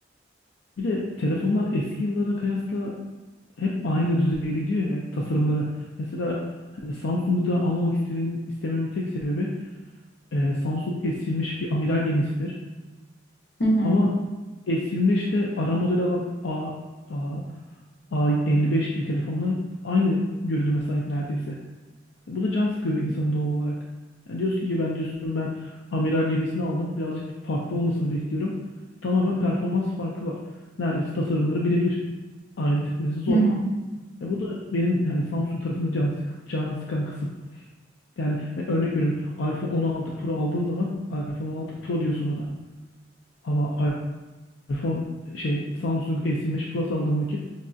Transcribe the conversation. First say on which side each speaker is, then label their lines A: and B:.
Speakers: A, on the left; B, on the left.
A: Bir de telefonlar eski yıllara kıyasla hep aynı düzeyde gidiyor ya tasarımları. Mesela hani Samsung'u da almamak istememin, istememin tek sebebi e, Samsung S25 bir amiral gemisidir.
B: Hı hı,
A: Ama S25'te ara model olan A, A, A55 gibi telefonlar aynı görünüme sahip neredeyse. E, bu da can sıkıyor insanı doğal olarak. Yani diyorsun ki ben diyorsun ben amiral gemisini aldım. Birazcık farklı olmasını bekliyorum. E, Tamamen performans farkı var. Neredeyse tasarımları birebir. Ayırt etmesi zor.
B: hı hı.
A: E, bu da benim hani Samsung tarafında can, sık, can sıkan kısım. Yani ben örnek veriyorum. iPhone 16 Pro aldığın zaman iPhone 16 Pro diyorsun buna. Ama iPhone şey Samsung S25 Plus aldığım vakit